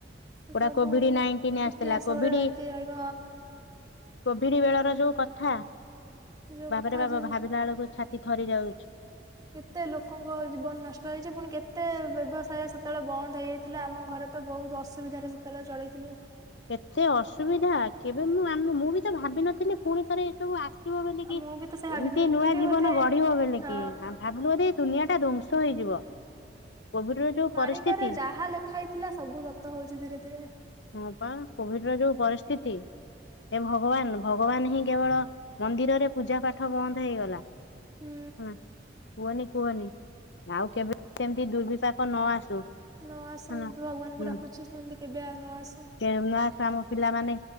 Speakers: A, on the right (about 20°); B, on the left (about 75°).
A: ସେ
B: ଗୋଟା
A: ସବୁ
B: କୋଭିଡି ନାଇନଟିନ୍ ଆସିଥିଲା।
A: ଇତିହାସ
B: କୋଭିଡି
A: ବେଳେ ରହିକି ରହିବ
B: କୋଭିଡି ବେଳର ଯୋଉ କଥା,
A: ହଁ ଯୋଉ
B: ବାବାରେ
A: କଥା
B: ବାବ
A: ଯୋଉ
B: ଭାବିଲା ବେଳକୁ ଛାତି ଥରି ଯାଉଛୁ।
A: କେତେ ଲୋକଙ୍କ ଜୀବନ ନଷ୍ଟ ହେଇଛି। ପୁଣି କେତେ ବ୍ୟବସାୟ ସେତେବେଳେ ବନ୍ଦ ହେଇଯାଇଥିଲା। ଆମ ଘରେ ତ ବହୁତ ଅସୁବିଧାରେ ସେତେବେଳେ ଚଳେଇଥିଲୁ।
B: କେତେ ଅସୁବିଧା, କେବେ ମୁଁ ଆ, ମୁଁ ମୁଁ ବି ତ ଭାବିିନଥିଲି, ପୁଣି ଥରେ ଏ ସବୁ ଆସ ସିବ ବୋଲି କି
A: ମୁଁ ବି ତ ସେ ଭାବିଥିଲି
B: ଏମତି
A: ମୁଁ
B: ନୂଆ
A: କହିଲି
B: ଜୀବନ
A: ବୋଧେ
B: ଗଢିବ ବୋଲି
A: ହଁ
B: କି। ଆ <inaudible> ଭାବୁଲୁ ବୋଧେ ଏ ଦୁନିଆ ଟା ଧ୍ଵଂସ ହେଇଯିବ। କୋଭିଡ୍ ର ଯୋଉ
A: ମାଳିକାରେ
B: ପରିସ୍ଥିତି
A: ଯାହା ଲେଖା ହେଇଥିଲା ସବୁ ସତ ହଉଛି ଧୀରେ ଧୀରେ।
B: ହଁ ପା କୋଭିଡ୍ ର ଯୋଉ ପରିସ୍ଥିତି। ଏ ଭଗବାନ, ଭଗବାନ ହିଁ କେବଳ ମନ୍ଦିରରେ ପୂଜା ପାଠ ବନ୍ଦ ହେଇଗଲା। ହଁ।
A: ହୁଁ
B: କୁହନି, କୁହନି ଆଉ କେବେ ସେମତି ଦୁର୍ବିପାକ ନ ଆସୁ।
A: ନ ଆସୁ
B: ହେଲା
A: ମୁଁ
B: ହୁଁ।
A: ବି ଭଗବାନଙ୍କୁ ଡାକୁଛି ସେମିତି କେବେ ଆ, ନ ଆସୁ।
B: ଏ ନ ଆସୁ, ଆମ ପିଲାମାନେ